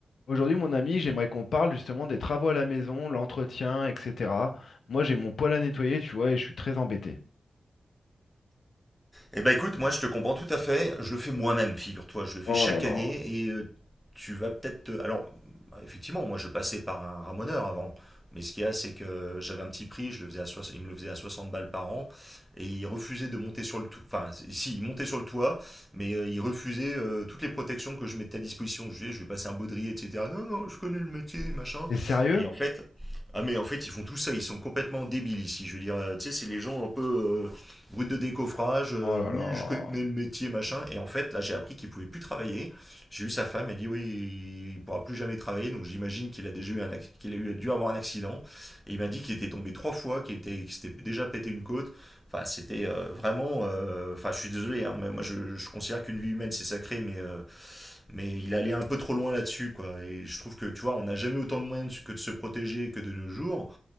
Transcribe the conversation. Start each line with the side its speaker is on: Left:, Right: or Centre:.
Left: Aujourd'hui, mon ami, j'aimerais qu'on parle justement des travaux à la maison, l'entretien, etc. Moi, j'ai mon poêle à nettoyer, tu vois, et je suis très embêté.
Centre: Eh ben écoute, moi je te comprends tout à fait, je le fais moi-même, figure-toi, je le fais
Left: Oh
Centre: chaque
Left: là là.
Centre: année et euh, tu vas peut-être... te- Alors, bah, effectivement, moi je passais par un ramoneur avant, mais ce qu'il y a c'est que j'avais un petit prix, je le faisais à soix- il me le faisait à 60 balles par an et il refusait de monter sur le toit, enfin si, il montait sur le toit, mais euh, il refusait euh, toutes les protections que je mettais à disposition, je lui, je lui passais un baudrier, etc. Non, non, je connais le métier, machin.
Left: T'es sérieux?
Centre: Et en fait, ah mais en fait ils font tout ça, ils sont complètement débiles ici, je veux dire, euh, tu sais, c'est les gens un peu... euh, Route de décoffrage, euh,
Left: Oh là
Centre: oui,
Left: là.
Centre: je connais le métier, machin. Et en fait, là, j'ai appris qu'il pouvait plus travailler. J'ai eu sa femme, elle dit oui, il pourra plus jamais travailler. Donc j'imagine qu'il a déjà eu un acc- qu'il a eu- dû avoir un accident. Et il m'a dit qu'il était tombé trois fois, qu'il était, qu'il s'était déjà pété une côte. Enfin, c'était euh, vraiment. euh, Enfin, je suis désolé, hein, mais moi, je, je considère qu'une vie humaine, c'est sacré, mais, euh, mais il allait un peu trop loin là-dessus, quoi. Et je trouve que, tu vois, on n'a jamais autant de moyens de se- que de se protéger que de nos jours.